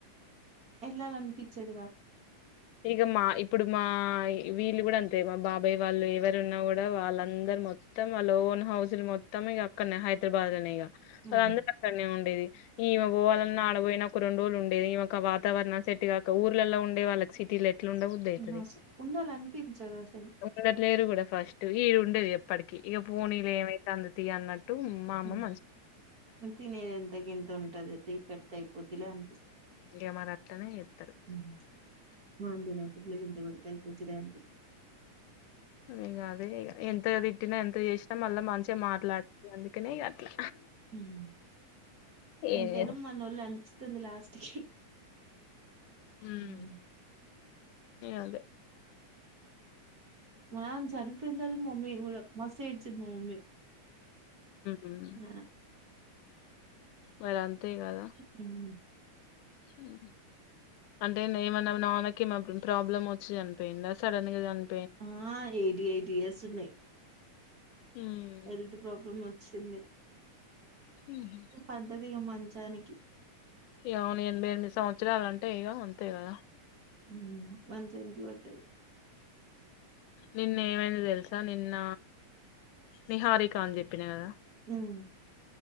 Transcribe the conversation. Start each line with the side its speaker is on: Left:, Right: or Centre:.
Right: ఎల్లాలనిపిచదు
Left: ఇగమా ఇప్పుడు మా వీళ్ళు గుడా అంతే మా బాబాయ్ వాళ్ళు ఎవరు ఉన్నా కూడా వాళ్ళందరు మొత్తం ఆ లోన్ హౌస్లు మొత్తం ఇగ అక్కడనే హైదరాబాద్ లోనే ఇగ
Right: ఉమ్
Left: వాళ్లు అందరూ అక్కడనే ఉండేది ఈమె పోవాలన్నా ఆడబోయినా ఒక రెండు రోజులు ఉండేది ఈమెకా వాతావరణం సెట్గాక ఊర్లల్లా ఉండే వాళ్ళకి సిటీ ల ఎట్లుండ బుద్ధి అయితది
Right: హ్మ్ అస ఉండాలనిపించదు అసలు
Left: ఉండట్లేరు కూడా ఫ స్టు ఈడుండేది ఎప్పటికి ఇక పోనీలే ఏమైతంది తి అన్నట్టు మా అమ్మ
Right: హ్మ్
Left: మంచి
Right: తినేది ఎంత గింత ఉంటది తిపెడితే అయి కొద్దిగా అనిపిస్
Left: ఇగ మరి అట్లనే చేత్తరు
Right: హ్మ్ మనం తినేది వద్దులే గింత పెడితే అయిపోద్ది కదా అనిపిస్తది
Left: ఇగ అదే ఇగ ఎంత తిట్టినా ఎంత చేసినా మళ్ళా మంచిగా మాట్లాడుతాది అందుకనే ఇగ అట్లా
Right: హ్మ్
Left: ఏం
Right: ఎంతేనా
Left: చే
Right: మనోళ్ళే అనిపిస్తాది లాస్ట్ కి
Left: హ్మ్
Right: ఉమ్.
Left: అదే
Right: మ అమ్ చనిపోయిందని మమ్మీ గుడా మస్తు ఏడ్చింది మా మమ్మీ
Left: ఉమ్
Right: ఆ
Left: మరి అంతే కదా
Right: హ్మ్
Left: హ్మ్ అంటే ఏమన్నా మి నాన్నకి ప్రాబ్లమ్ వచ్చి చనిపోయిందా సడన్‌గా చని
Right: ఆ ఎయిటీ ఎయిటీ ఇయర్స్ ఉన్నాయ్
Left: ఉమ్
Right: హెల్త్ ప్రాబ్లమ్ వ చ్చింది
Left: ఉహు
Right: పడ్డదిగా మంచానికి
Left: ఇగ అవును ఏనబ్బే ఎనిమిది సంవత్సరాలు అంటే ఇగ అంతే కదా
Right: హ్మ్ మంచానికి పడ్డది
Left: నిన్న ఏమైంది తెలుసా నిన్న నిహారిక అని చెప్పినా కదా
Right: హ్మ్